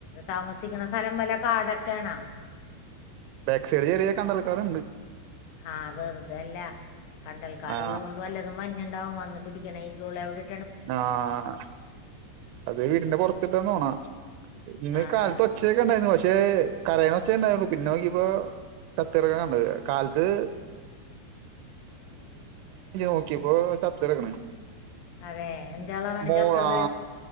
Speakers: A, on the left; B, on the right.
A: താമസിക്ക്ണ സ്ഥലം വല്ലെ കാടൊക്കേണോ
B: ബാക് സൈഡ് ചെറിയ കണ്ടൽ കാട്
A: ആ വെറുതല്ല കണ്ടൽക്കാടുള്ളതോണ്ട്
B: ആ
A: വല്ലതും മഞ്ഞുണ്ടാവും വന്ന് പിടിക്കണ ഈ ഗുളെവിടെ
B: ആഹ് അത് വീടിന്റെ പൊർത്തിട്ട് ഒന്ന് ഒണ ഇന്ന് ഈ
A: അതെ
B: കാലത്ത് ഒ ച്ചയൊക്കെ ഉണ്ടായിരുന്നു പക്ഷേ കരയ്ണ ഒച്ചേ ഉണ്ടായിള്ളു പിന്നെ നോക്കിയപ്പോ ചത്ത്ട്ക്ക്‌ണ് കണ്ട് കാൽക്ക് നോക്കിയപ്പോ ചത്തിറക്കണ്
A: അതെ എന്ത്‌കളറാണ്
B: മോ
A: ചത്തത്?
B: ആ